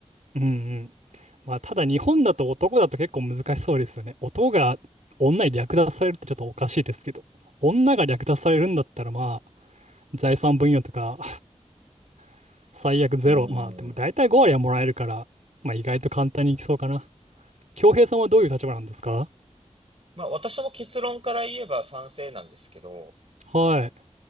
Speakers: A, on the right (about 75°); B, on the right (about 50°).
A: うんうん。まあ、ただ日本だと男だと結構難しそうですよね。男が女に略奪されるってちょっとおかしいですけど、女が略奪されるんだったらまあ、財産分与とか <laughs> 最悪ゼロ、
B: うん。
A: まあでも大体5割はもらえるから、まあ意外と簡単にいきそうかな。恭平さんはどういう立場なんですか
B: まあ私も結論から言えば賛成なんですけど、
A: はい。